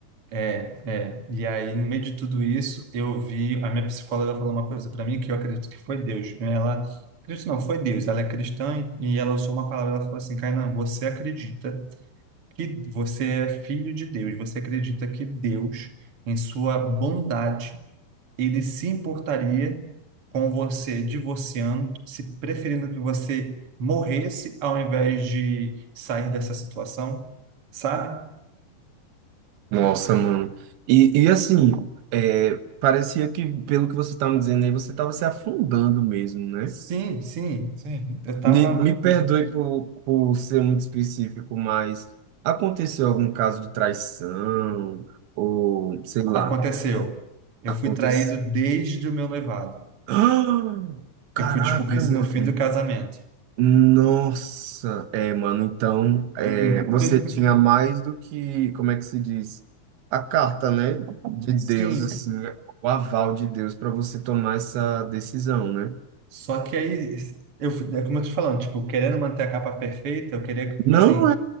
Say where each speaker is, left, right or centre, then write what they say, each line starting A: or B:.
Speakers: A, on the right; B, on the right.
A: É, é. E aí, no meio de tudo isso, eu vi. A minha psicóloga falou uma coisa para mim que eu acredito que foi Deus. né? Ela. Acredito não, foi Deus. Ela é cristã e, e ela usou uma palavra. Ela falou assim: Kainan, você acredita que você é filho de Deus. Você acredita que Deus, em sua bondade, ele se importaria com você divorciando, se preferindo que você morresse ao invés de sair dessa situação, sabe?
B: Nossa, mano. E, e assim, é, parecia que, pelo que você tá me dizendo aí, você tava se afundando mesmo, né?
A: Sim, sim, sim. Eu tava,
B: Me, me
A: tipo,
B: perdoe por, por ser muito específico, mas aconteceu algum caso de traição? Ou, sei lá,
A: aconteceu. Eu
B: aconteceu.
A: fui traído desde o meu noivado.
B: <gasps> Caraca,
A: Eu fui descobrir isso
B: mano.
A: no fim do casamento.
B: Nossa, é, mano, então, é,
A: Eh,
B: você
A: eh,
B: tinha mais do que, como é que se diz? A carta, né, de Deus,
A: <laughs> Sim.
B: assim, o aval de Deus para você tomar essa decisão, né?
A: Só que aí, eu, fui- é como eu tô te falando, tipo, querendo manter a capa perfeita, eu queria, que, tipo
B: Não
A: assim,